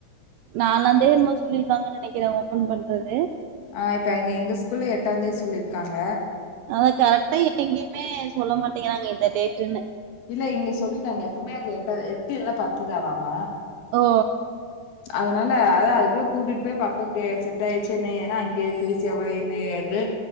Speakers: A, on the right (about 85°); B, on the left (about 75°).
A: நாலாம் தேேதிமா சொல்லிருக்காங்க நினைக்கிறத ஓபன் பண்றது
B: ஆஹ் இப்ப இங்க எங்க ஸ்கூல்ல எட்டாம்ந்தேதி சொல்லி இருக்காங்க
A: அத கரெக்டா எங்கேயுமே சொல்ல மாட்டேங்கிறாங்க இந்த டேட்டுன்னு
B: இல்ல இங்க சொல்லிட்டுாங்க எப்பவுமே எப்படி எல்லாம் பத்துதலாமா
A: ஓ
B: அதனால அதான் அதுக்குள்ள கூட்டிட்டு போய் பாப்புக்கு செட் ஆயிச்சு என்ன ஏன்னா அங்கே ஃபீஸ் எவ்வளவு என்ன ஏது